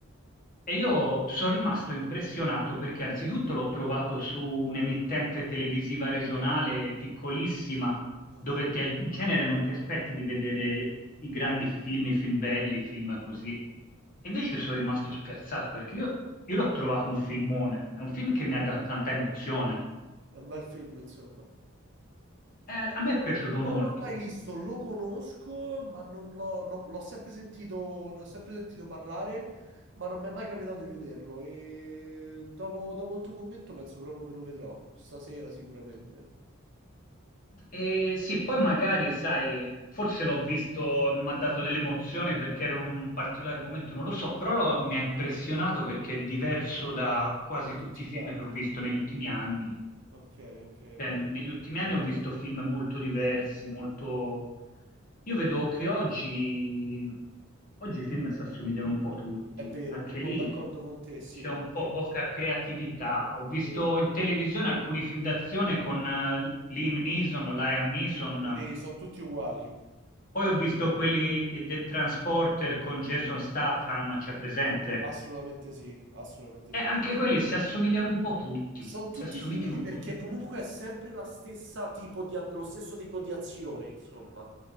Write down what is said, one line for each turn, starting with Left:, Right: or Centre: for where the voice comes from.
Left: E io sono rimasto impressionato perché anzitutto l'ho trovato su un'emittente televisiva regionale piccolissima,
Right: Ah.
Left: dove ti- in genere non ti aspetti di vedere i grandi film, i film belli, i film così. E invece sono rimasto spiazzato perché io, io l'ho trovato un filmone, è un film che mi ha dato tanta emozione.
Right: È un bel film, insomma.
Left: Eh, a
Right: Io
Left: me
Right: Non
Left: è piaciuto
Right: non
Left: molto.
Right: l'ho mai visto, lo conosco, ma non l'ho non- l'ho sempre sentito, ne ho sempre sentito parlare, ma non mi è mai capitato di vederlo. E dopo, dopo il tuo commento penso proprio che lo vedrò, stasera sicuramente,
Left: E sì, poi magari, sai, forse l'ho visto, mi ha dato dell'emozione perché era in un particolare momento, non lo so, però lo- mi ha impressionato perché è diverso da quasi
Right: da
Left: tutti
Right: tutti
Left: i
Right: gli
Left: film
Right: altri.
Left: che ho visto negli ultimi anni.
Right: Ok, ok,
Left: Cioè,
Right: ok.
Left: negli ultimi anni ho visto film molto diversi, molto... Io vedo che oggi, oggi i film si assomigliano un po' tutti,
Right: È vero,
Left: anche
Right: sono
Left: lì
Right: d'accordo con te, sì.
Left: c'è un
Right: Sì,
Left: po' poca creatività. Ho visto
Right: sì,
Left: in televisione alcuni film d'azione con eh, Liam Neeson, o Liam Neeson,
Right: sì, sono tutti uguali.
Left: poi ho visto quelli eh, del Transporter con Jason Statham, c'è presente?
Right: Assolutamente sì, assolutamente
Left: E
Right: sì.
Left: anche quelli si assomigliano un po' tutti,
Right: Sono
Left: si
Right: tutti
Left: assomigliano
Right: simili
Left: un
Right: perché
Left: po' tutti.
Right: comunque è sempre la stessa tipo di a- lo stesso tipo di azione, insomma.